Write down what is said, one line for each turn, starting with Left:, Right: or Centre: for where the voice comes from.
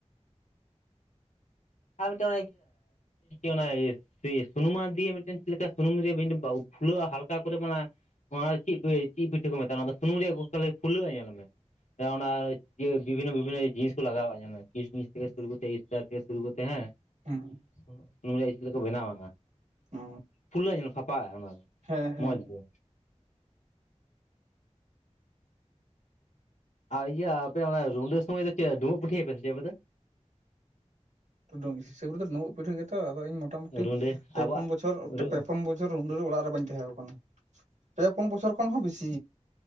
Left: ᱟᱨ ᱢᱤᱫ ᱴᱟᱝ ᱚᱱᱟ ᱤᱭᱟᱹ ᱥᱮ ᱥᱩᱱᱩᱢᱟ ᱫᱤᱭᱮ ᱢᱤᱫᱴᱮᱱ ᱪᱮᱫ ᱞᱮᱠᱟ ᱥᱩᱱᱩᱢᱤᱧ ᱫᱚ ᱨᱮ ᱵᱟ ᱯᱷᱩᱞᱟᱹᱜ-ᱟ ᱦᱟᱞᱠᱟ ᱠᱚᱨᱮ ᱢᱟᱱᱮ ᱚᱱᱟ ᱫᱚ ᱪᱤᱫ ᱠᱚ ᱪᱤᱫ ᱯᱤᱴᱷᱟᱹ ᱠᱚ ᱢᱮᱛᱟᱜᱼᱟ ᱚᱱᱟ ᱥᱩᱱᱩᱢ ᱨᱮᱭᱟᱜᱛᱟᱞᱮ ᱯᱷᱩᱞᱟᱹᱜ-ᱟ ᱧᱮᱞ ᱢᱮ᱾ ᱚᱱᱮ ᱚᱱᱟ ᱤᱩᱟᱹ ᱵᱤᱵᱷᱤᱱᱱᱚ ᱵᱤᱵᱷᱤᱱᱱᱚ ᱡᱤᱱᱤᱥ ᱠᱚ ᱞᱟᱜᱟᱣᱟᱜᱼᱟ ᱧᱮᱞ ᱢᱮ ᱠᱤᱥᱢᱤᱥ ᱛᱷᱮᱠᱮ ᱥᱩᱨᱩ ᱠᱚ ᱠᱟᱛᱮ ᱤᱥ ᱛᱟ ᱠᱮᱹᱥ ᱥᱩᱨᱩ ᱠᱟᱛᱮ ᱦᱟᱸ
Right: ᱦᱩᱸ᱾
Left: <unintelligible> <unintelligible> ᱵᱱᱟᱣᱟ ᱚᱱᱟ᱾
Right: ᱚ
Left: ᱯᱷᱩᱞᱟᱹᱜ-ᱟ ᱧᱮᱞ ᱢᱮ ᱯᱷᱟᱯᱟᱜ-ᱟ ᱚᱱᱟ ᱫᱚ
Right: ᱦᱮᱸ ᱦᱮᱸ
Left: ᱢᱚᱡᱽ ᱜᱮ᱾ ᱟᱨ ᱤᱭᱟᱹ ᱟᱯᱮ ᱚᱱᱟ ᱨᱩᱰᱟᱹ ᱥᱚᱢᱚᱭ ᱫᱚ ᱪᱮᱜ ᱰᱩᱸᱵᱩᱜ ᱯᱤᱴᱷᱟᱹᱭᱟᱯᱮ ᱥᱮ ᱪᱮᱫ ᱟᱯᱮ ᱫᱚ?
Right: ᱴᱩᱸᱰᱩᱸ ᱦᱤᱥᱟᱹᱵ ᱨᱮ ᱫᱚ ᱵᱩᱸᱵᱩᱜ ᱯᱤᱴᱷᱟᱹ ᱜᱮᱛᱚ ᱟᱫᱚ ᱤᱧ ᱢᱚᱴᱟᱢᱩᱴᱤ
Left: ᱨᱩᱰᱟᱹ
Right: ᱯᱮ
Left: ᱟᱵᱚᱣᱟᱜ
Right: ᱯᱚᱱ ᱵᱚᱪᱷᱚᱨ
Left: ᱨᱩ
Right: ᱯᱮ ᱯᱳᱱ ᱵᱚ ᱪᱷᱚᱨ ᱨᱩᱰᱟᱹ ᱨᱮ ᱚᱲᱟᱜ ᱨᱮ ᱵᱟᱹᱧ ᱛᱟᱦᱮᱸ ᱠᱟᱱᱟ, ᱯᱮ ᱯᱩᱱ ᱵᱚᱪᱷᱚᱨ ᱠᱷᱚᱱ ᱦᱚᱸ ᱵᱮᱥᱤ᱾